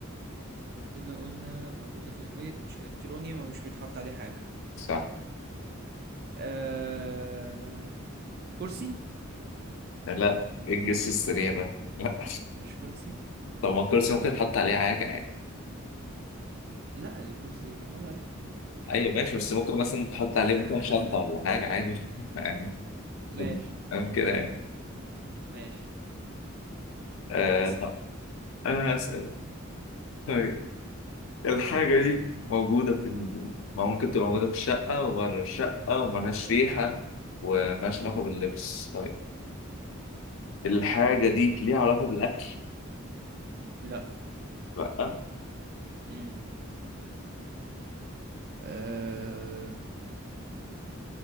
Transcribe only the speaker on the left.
صح
لا ايه الجس السريع ده؟ لا
طب ما الكرسي ممكن تحط عليه حاجة عادي
ايوه ماشي بس
ممكن
مثلا تحط
عليه مثلا شنطة ولا حاجة عادي <laughs>
فاهم كده يعني
آه
طب انا هسأل طيب الحاجة دي موجودة في ال... ما ممكن تبقى موجودة في الشقة وبره الشقة وملهاش ريحة وملهاش علاقة باللبس طيب الحاجة دي ليها علاقة بالأكل؟
لأ